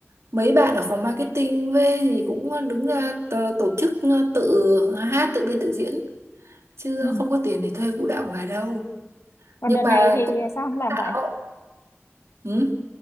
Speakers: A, on the right; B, on the left.
A: mấy bạn ở phòng marketing về thì cũng ờ, đứng ra t- tổ chức ờ, tự hát tự biên tự diễn chứ
B: ừ.
A: không có tiền để thuê vũ đạo ngoài đâu
B: còn
A: nhưng
B: đợt này
A: mà
B: thì
A: cũng
B: sao không làm
A: bảo
B: vậy
A: Ừ.